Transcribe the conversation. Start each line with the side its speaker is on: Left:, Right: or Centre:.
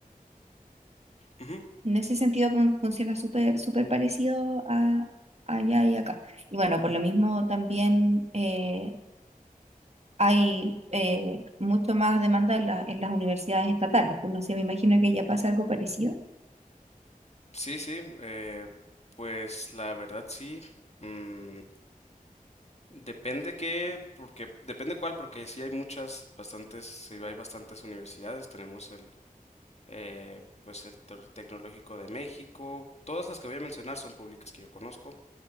Left: ujú.
Right: En ese sentido fun- funciona súper, súper parecido a allá y acá. Y bueno, por lo mismo también eh, hay eh, mucho más demanda en, la- en las universidades estatales. Pues no sé, me imagino que ya pasa algo parecido.
Left: Sí, sí, eh, pues la verdad sí. mm, depende qué, porque depende cuál, porque sí hay muchas, bastantes, sí hay bastantes universidades. Tenemos el, eh, pues el Tec- Tecnológico de México. Todas las que voy a mencionar son públicas que yo conozco.